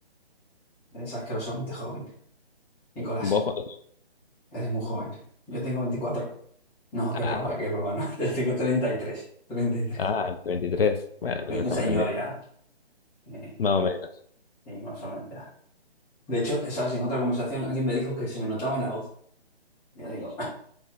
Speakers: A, in the centre; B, on the left.
A: Eres asquerosamente joven, Nicolás.
B: ¿Vos cuántos?
A: Eres muy joven. Yo tengo veinticuatro No, qué
B: Ah,
A: broma,
B: bueno.
A: qué broma, no. <laughs> Yo tengo treinta treinta y tres treinta y tres
B: Ah, 23. Bueno, no estamos
A: Un señor
B: tan lejos.
A: ya. eh,
B: Más o menos.
A: sí, más o menos ya. De hecho, sabes, en otra conversación alguien me dijo que se me notaba en la voz. Ya digo,